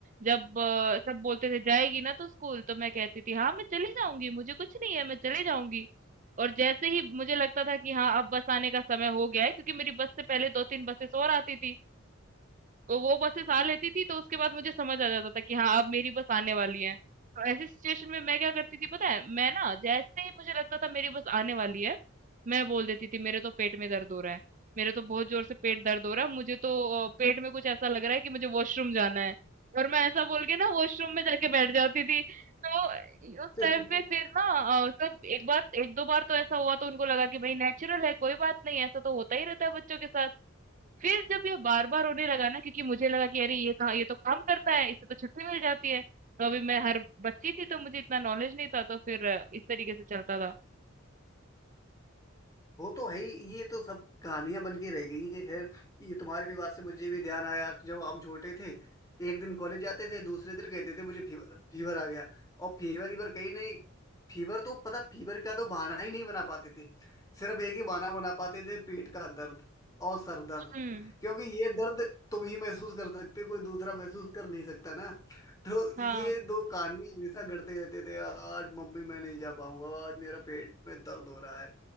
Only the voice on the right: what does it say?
जब अ, सब बोलते थे जाएगी ना तो स्कूल तो मैं कहती थी हाँ मैं चली जाऊंगी मुझे कुछ नहीं है मैं चली जाऊंगी और जैसे ही मुझे लगता था कि हाँ अब बस आने का समय हो गया है क्योंकि मेरी बस से पहले दो तीन बसेस और आती थी तो वो बसेस आ लेती थी तो उसके बाद मुझे समझ आ जाता था कि हाँ अब मेरी बस आने वाली है तो ऐसी सिचुएशन में मैं क्या करती थी पता है मैं ना जैसे ही मुझे लगता था मेरी बस आने वाली है मैं बोल देती थी मेरे तो पेट में दर्द हो रहा है मेरे तो बहुत जोर से पेट दर्द हो रहा है मुझे तो अ, पेट में कुछ ऐसा लग रहा है कि मुझे वॉशरूम जाना है और मैं ऐसा बोल के ना वॉशरूम में जाके बैठ जाती थी तो अ, उस
टाइम पे फिर ना अ, सब एक बार एक दो बार तो ऐसा हुआ तो उनको लगा कि भाई नेचुरल है कोई बात नहीं ऐसा तो होता ही रहता है बच्चों के साथ फिर जब ये बार-बार रोने लगा ना क्योंकि मुझे लगा कि अरे ये कहाँ ये तो काम करता है, इससे तो छुट्टी मिल जाती है। तो अभी मैं हर बच्ची थी तो मुझे इतना नॉलेज नहीं था तो फिर अ, इस तरीके से चलता था।
हुँ।
हाँ,